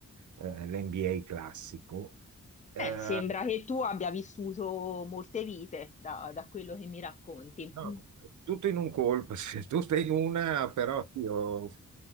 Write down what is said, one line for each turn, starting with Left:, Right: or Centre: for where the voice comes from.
Right: l'MBA classico. Eh,
Left: Eh, sembra che tu abbia vissuto molte vite da, da quello che mi racconti.
Right: No,
Left: Mm,
Right: è tutto in un colpo, <laughs> sì, tutto in una, però sì, ho,